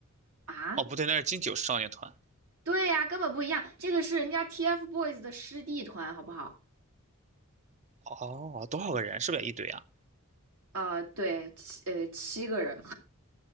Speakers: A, on the right; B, on the right.
A: 啊，
B: 哦，不对，那是金九少年团。
A: 对呀、根本不一样，这个是人家 TFBOYS 的师弟团，好不好？
B: 哦，多少个人？是不是也一堆啊？
A: 呃，对，七呃七个人，